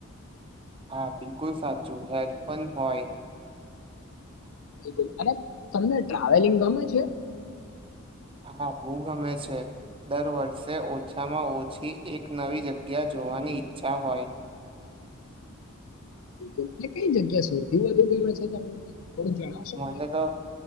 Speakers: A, on the right; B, on the left.
A: હા બિલકુલ સાચું. હેલ્થ પણ હોય
B: બિલકુલ, અને તમને ટ્રાવેલિંગ ગમે છે?
A: હા બઉ ગમે છે. દર વર્ષે ઓછામાં ઓછી એક નવી જગ્યા જોવાની ઈચ્છા હોય
B: બિલકુલ, અને કઈ જગ્યા સૌથી વધુ ગમે છે તમને? થોડું જણાવશો
A: મને
B: બિલકુલ.
A: તો